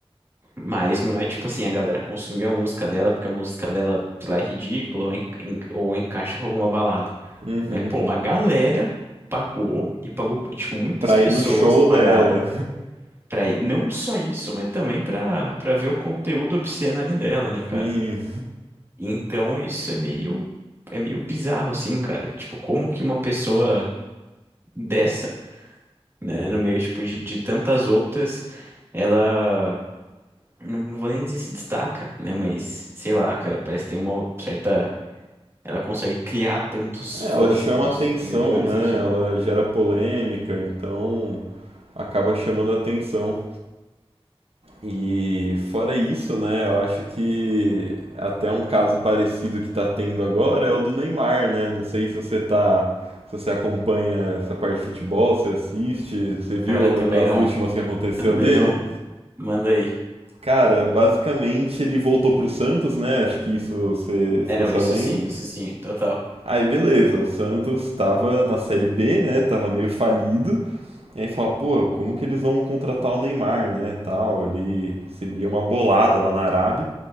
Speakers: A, on the right (about 25°); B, on the right (about 70°).
A: Mas não é tipo assim, a galera consumiu a música dela porque a música dela, sei lá, é ridícula ou, en- en- ou encaixa com alguma balada.
B: Uhum.
A: né? Pô, uma galera pagou e pagou, tipo, muitas
B: Pra
A: pessoas
B: ir no show dela.
A: pagaram pra ir, não só isso, mas também pra, pra ver o conteúdo obsceno ali dela, né, cara?
B: Sim.
A: Então isso é meio, é meio bizarro, assim, cara. Tipo, como que uma pessoa dessa, né, no meio, tipo, de, de tantas outras, ela, não, não vou nem dizer se destaca, né, mas, sei lá, cara, parece que tem uma certa... Ela consegue criar tantos
B: É,
A: fãs,
B: ela chama
A: tantos
B: atenção,
A: seguidores,
B: né?
A: enfim.
B: Ela gera polêmica, então acaba chamando atenção. E fora isso, né, eu acho que até um caso parecido que tá tendo agora é o do Neymar, né? Não sei se você tá, se você acompanha essa parte de futebol, se assiste, você viu
A: Cara, também
B: a-
A: não.
B: as últimas que aconteceu
A: Também
B: dele?
A: não. Manda aí.
B: Cara, basicamente ele voltou pro Santos, né? Acho que isso você
A: É,
B: ficou
A: não,
B: sabendo.
A: isso sim, isso sim, total.
B: Aí beleza, o Santos tava na Série B, né? Tava meio falido. E aí fala, pô, como que eles vão contratar o Neymar, né, tal, ele recebia uma bolada lá na Arábia.